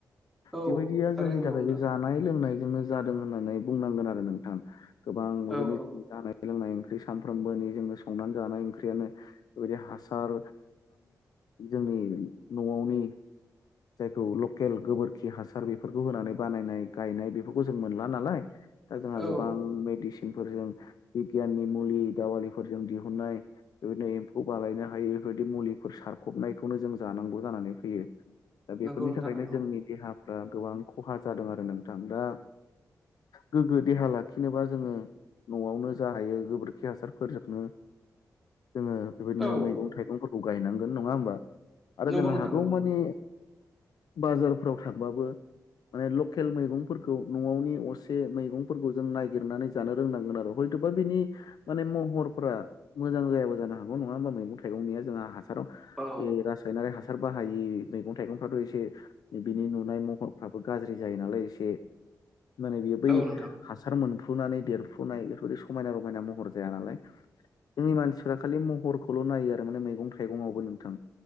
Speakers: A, in the centre; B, on the left.
A: औ
B: बेबायदिया
A: थारै
B: जोंनि
A: नंगौ
B: थाखाय
A: नोंथां
B: बे जानाय लोंनाय जोंनो जादों होननानै बुंनांगोन आरो नोंथां गोबां बेबादिनो
A: औ औ
B: <unintelligible> जानाय लोंनाय ओंख्रि सानफ्रोमबोनि जोंनो संनानै जानाय ओंख्रियानो बेबायदि हासार जोंनि न'आवनि जायखौ लकेल गोबोरखि हासार बेफोरखौ होनानै बानायनाय गायनाय बेफोरखौ जों मोनला नालाय दा जोंहा
A: औ
B: गोबां मेदिसिन फोरजों बिगियाननि मुलि दावालिफोरजों दिहुननाय बेबायदिनो एम्फौ बालायनो हायो बेफोर मुलिफोर सारफबनायखौनो जों जानांगौ जानानै फैयो दा बेफोरनि
A: नंगौ नोंथां
B: थाखायनो
A: नंगौ
B: जोंनि देहा फ्रा गोबां खहा जादों आरो नोंथां दा गोग्गो देहा लाखिनोबा जोङो न'आवनो जा हायो गोबोरखि हासारफोरजोंनो जोङो बेबायदिनो
A: औ
B: मैगं थाइगंफोरखौ गायनांगोन नङा होमबा आरो
A: नंगौ
B: जों
A: नोंथां
B: हागौमानि
A: नंगौ नंगौ
B: बाजारफोराव थांबाबो माने लकेल मैगंफोरखौ न'आवनि असे मैगंफोरखौ जों नायगिरनानै जानो रोंनांगोन आरो हय थ'बा बिनि माने महरफोरा मोजां जायाबो जानो हागौ नङा होमबा मैगं थाइगंनिया जोंहा हासार
A: औ
B: <unintelligible> इ रासायनारि हासार बाहायि मैगं थाइगंफ्राथ' एसे बिनि नुनाय महरफ्राबो गाज्रि जायो नालाय एसे माने बेयो बै
A: औ नोंथां
B: हासार मोन फ्रुनानै देरफ्रुनाय बेफोरबायदि समायना रमायना महर जाया नालाय जोंनि मानसिफ्रा खालि महरखौल' नायो आरो माने मैगं थाइगंआवबो नोंथां